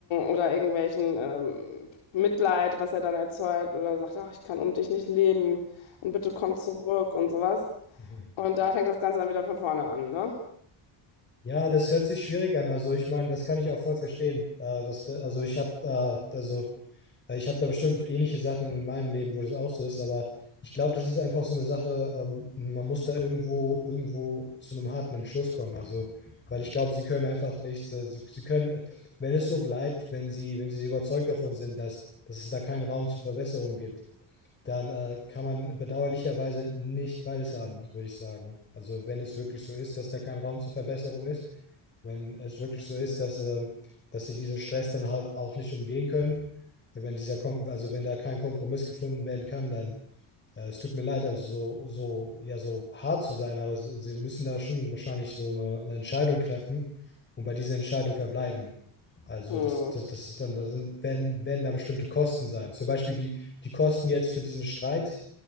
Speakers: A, on the left (about 70°); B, on the left (about 25°).
A: Oder irgendwelchen ähm, Mitleid, was er dann erzeugt, oder sagt, ach, ich kann ohne dich nicht leben und bitte komm zurück und sowas.
B: Mhm.
A: Und da fängt das Ganze dann wieder von vorne an, ne?
B: Ja, das hört sich schwierig an. Also ich meine, das kann ich auch voll verstehen. Äh, dass, also ich habe da, also äh, ich habe da bestimmt ähnliche Sachen in meinem Leben, wo das auch so ist, aber ich glaube, das ist einfach so eine Sache, ähm, man muss da irgendwo, irgendwo zu einem harten Entschluss kommen. Also, weil ich glaube, sie können einfach nichts, äh, sie, sie können, äh, wenn es so bleibt, wenn sie, wenn sie so überzeugt davon sind, dass, dass es da keinen Raum zur Verbesserung gibt dann äh, kann man bedauerlicherweise nicht beides haben, würde ich sagen. Also wenn es wirklich so ist, dass da kein Raum zur Verbesserung ist, wenn es wirklich so ist, dass, äh, dass sie diesen Stress dann halt auch nicht umgehen können, wenn dieser Kom also wenn da kein Kompromiss gefunden werden kann, dann ja, es tut mir leid, also so, so, ja, so hart zu sein, aber s- sie müssen da schon wahrscheinlich so eine, eine Entscheidung treffen und bei dieser Entscheidung verbleiben. Also
A: Hm.
B: das, das, das ist dann, da sind, werden, werden da bestimmte Kosten sein. Zum Beispiel die, die Kosten jetzt für diesen Streit,